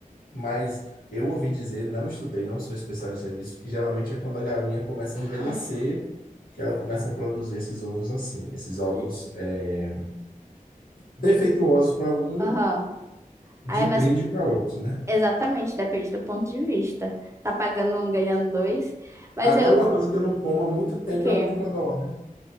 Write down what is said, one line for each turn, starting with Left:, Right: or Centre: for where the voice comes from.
Left: Mas eu ouvi dizer, não estudei, não sou especialista nisso, que geralmente é quando a galinha começa a envelhecer, que ela começa a produzir esses ovos assim, esses
Right: Gente.
Left: ovos é, defeituosos para algum,
Right: Aham.
Left: de
Right: Aí,
Left: brinde
Right: mas
Left: para outros, né?
Right: exatamente, depende do ponto de vista. Tá pagando um, ganhando dois. Mas
Left: Agora,
Right: eu,
Left: uma coisa que eu não como há muito tempo
Right: o quê?
Left: é ovo de codorna.